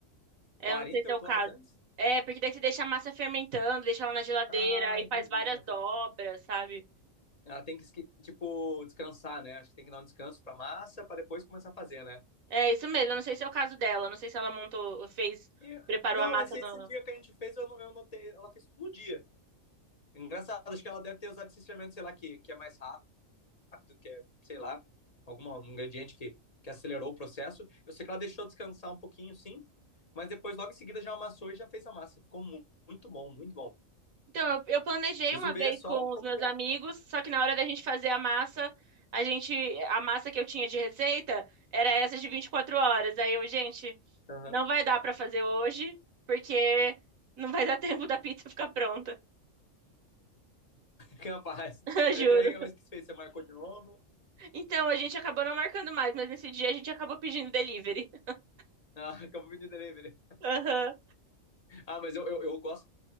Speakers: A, on the right; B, on the left.
A: É,
B: quarenta
A: eu não sei se
B: e
A: é
B: oito
A: o caso.
B: horas antes?
A: É, porque daí você deixa a massa fermentando, deixa ela na geladeira
B: Ah,
A: e
B: entendi.
A: faz várias
B: Ela
A: dobras,
B: tem
A: sabe?
B: ela tem que, esque- tipo, descansar, né? Acho que tem que dar um descanso pra massa pra depois começar a fazer, né?
A: É isso mesmo. Eu não sei se é o caso dela. eu Não sei se ela montou, fez,
B: E-
A: preparou
B: não,
A: a massa
B: esse,
A: do.
B: esse dia que a gente fez, eu, não- eu notei, ela fez tudo no dia. Engraçado, acho que ela deve ter usado esse fermento, sei lá, que, que é mais rápido rápido, que é, sei lá, algum um ingrediente que, que acelerou o processo. Eu sei que ela deixou descansar um pouquinho, sim, mas depois, logo em seguida, já amassou e já fez a massa. Ficou mu- muito bom, muito bom.
A: Então, eu, eu planejei
B: Preciso
A: uma
B: ver
A: vez
B: só
A: com
B: como
A: os meus
B: que
A: amigos,
B: é.
A: só que na hora da gente fazer a massa, a gente, a massa que eu tinha de receita era essa de 24 horas. Aí eu, gente,
B: Aham.
A: não vai
B: <laughs>
A: dar pra fazer hoje, porque não vai dar <laughs> tempo da pizza ficar pronta,
B: Que rapaz.
A: <laughs> juro.
B: Daí, Mas que fez? Você marcou de novo?
A: Então, a gente acabou não marcando mais, mas nesse dia a gente acabou pedindo delivery. <laughs>
B: Ah, <laughs> acabou de delivery.
A: Aham.
B: Ah, mas eu, eu, eu gosto